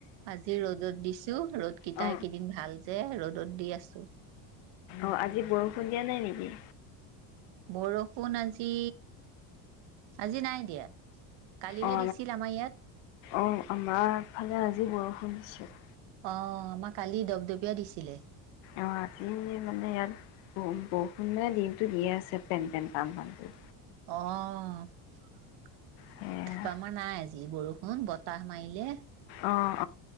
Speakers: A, on the right; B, on the left.
A: আজি ৰ'দত দিছো ৰ'দ কিতা
B: অ
A: ইকিদিন ভাল যে ৰ'দ ৰদ দি আছো
B: অ আজি বৰষুণ দিয়া নাই নেকি?
A: বৰষুণ আজি আজি নাই দিয়া। কালিহে
B: অ
A: দিছিল আমাৰ ইয়াত,
B: অ আমাৰ ইফালে আজি বৰষুণ দিছে।
A: অ আমাৰ কালি দপদপিয়া দিছিলে।
B: অ আজি মানে মানে ইয়াত ব -বৰষুণ মানে দিনটো দিয়ে আছে পেন পেন পান পান কৰি।
A: অ <unintelligible>
B: সেয়া
A: নাই যি বৰষুণ বতাহ মাৰিলে।
B: অ